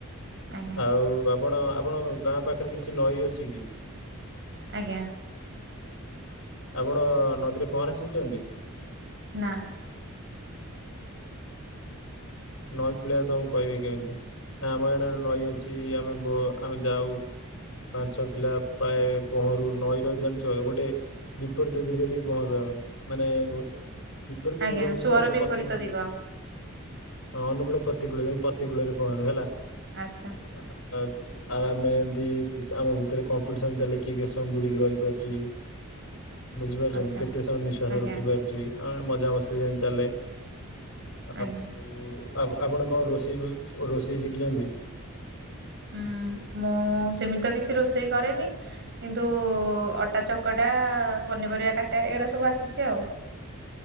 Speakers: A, on the right; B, on the left.
A: ଆଜ୍ଞା
B: ଆଉ ଆପଣ ଆପଣ ଗାଁ ପାଖରେ କିଛି ନଈ ଅଛି କି?
A: ଆଜ୍ଞା।
B: ଆପଣ ନଦୀରେ ପହଁରା ଶିଖିଛନ୍ତି?
A: ନା।
B: ନଈ କଳିଆ ତମକୁ କହିବେ କେମିତି। ଆମ ଆଡେ଼ ନଈ ଅଛି, ଆମେ ବ ଆମେ ଯାଉ। ପାଞ୍ଚ ପିଲା ପ୍ରାୟ ପହଁରୁ ନଈର ଜାଣିଛ ଗୋଟେ ବିପରୀତ ଦିଗରେ ବି ପହଁରୁ ଆମେ। ମାନେ ବିପରୀତ
A: ଆଜ୍ଞା
B: ଦିଗ ବୁଝିପାରୁଛ,
A: ସୁଅର ବିପରୀତ
B: ପତି
A: ଦିଗ
B: ହଁ ଅନୁକୂଳ ପ୍ରତିକୂଳ ପତିକୂଳରେ ପହଁରୁ ହେଲା।
A: ଆଚ୍ଛା।
B: <inaudible> ଆଉ ଆମେ ଏମତି ଆମ ଭିତରେ କମ୍ପିଟିସନ ଚାଲେ କିଏ କେତେ ସମୟ ବୁଡି଼କି ରହିପାରୁଛି। ବୁଝିପାରୁଛନ୍ତି,
A: ଆଚ୍ଛା
B: କେତେ ସମୟ ନିଃଶ୍ଵାସ
A: ଆଜ୍ଞା
B: ରଖି ପାରୁଛି ଆ ମଜା ମସ୍ତି ଏମିତି ଚାଲେ। ଆଉ
A: ଆଜ୍ଞା।
B: ଆ ଆପଣ ଆପଣ କଣ ରୋଷେଇ କ ରୋଷେଇ ଶିଖିଛନ୍ତି?
A: ଉଁ ମୁଁ ସେମିତ କିଛି ରୋଷେଇ କରେନି, କିନ୍ତୁ ଅଟା ଚ କଟା ପନିପରିବା କାଟେ, ଏଉରା ସବୁ ଆସିଛି ଆଉ।